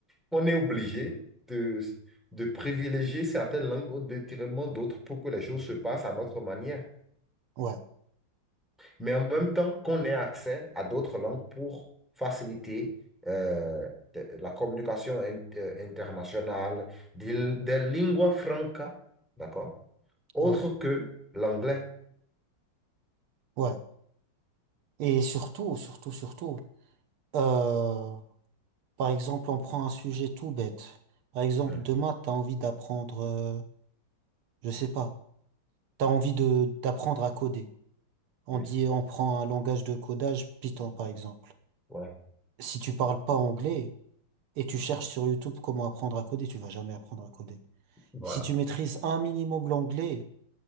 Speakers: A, in the centre; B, on the right (about 80°).
A: qu'on est obligé de, de privilégier certaines langues au détriment d'autres pour que les choses se passent à notre manière.
B: ouais,
A: Mais en même temps, qu'on ait accès à d'autres langues pour faciliter euh, de- la communication in- euh, internationale, des, des lingua franca, d'accord? Autre
B: ouais,
A: que l'anglais.
B: ouais. Et surtout, surtout, surtout, euh, par exemple, on prend un sujet tout bête. Par exemple,
A: Ouais.
B: demain, t'as envie d'apprendre, euh, je sais pas, t'as envie de d'apprendre à coder. On
A: Oui.
B: dit, on prend un langage de codage, Python, par exemple.
A: Ouais.
B: Si tu parles pas anglais et tu cherches sur YouTube comment apprendre à coder, tu vas jamais apprendre à coder.
A: Voilà.
B: Si tu maîtrises un minimum l'anglais,